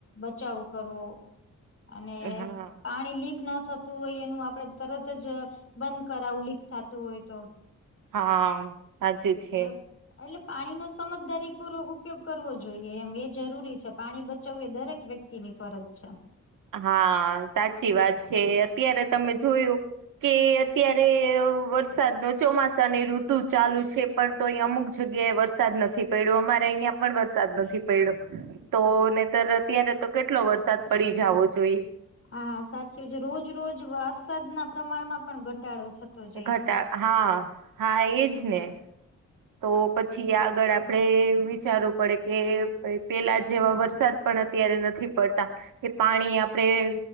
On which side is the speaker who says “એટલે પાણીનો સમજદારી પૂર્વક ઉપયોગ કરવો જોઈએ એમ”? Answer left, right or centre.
Left